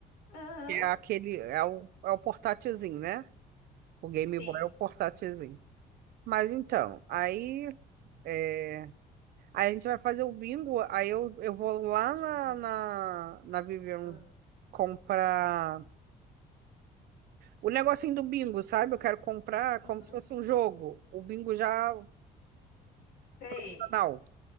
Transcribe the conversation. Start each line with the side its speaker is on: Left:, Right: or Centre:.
Left: Aham,
Right: Que é aquele, é o, é o portátilzinho, né? O Game
Left: sim.
Right: Boy é o portátilzinho. Mas então, aí, é, aí a gente vai fazer o bingo. Aí eu, eu vou lá
Left: Deixa
Right: na,
Left: eu ver.
Right: na, na Vivian
Left: Ah,
Right: comprar o negocinho do bingo, sabe? Eu quero comprar
Left: Aham.
Right: como se fosse um jogo, o bingo já
Left: Sei.
Right: profissional.